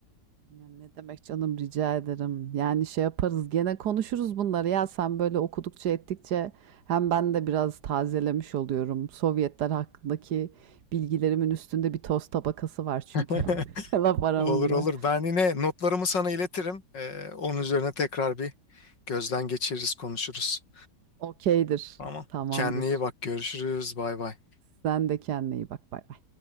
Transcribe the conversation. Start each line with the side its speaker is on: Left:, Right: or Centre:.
Right: Ya ne demek canım rica ederim. Yani şey yaparız gene konuşuruz bunları ya sen böyle okudukça ettikçe hem ben de biraz tazelemiş oluyorum. Sovyetler hakkındaki bilgilerimin üstünde bir toz tabakası var çünkü.
Left: <laughs>
Right: <laughs> Laf aramızda.
Left: Olur olur. Ben yine notlarımı sana iletirim. Ee, onun üzerine tekrar bir gözden geçiririz, konuşuruz.
Right: Okeydir.
Left: Tamam.
Right: Tamamdır.
Left: Kendine iyi bak. Görüşürüz. Bay bay.
Right: Sen de kendine iyi bak. Bay bay.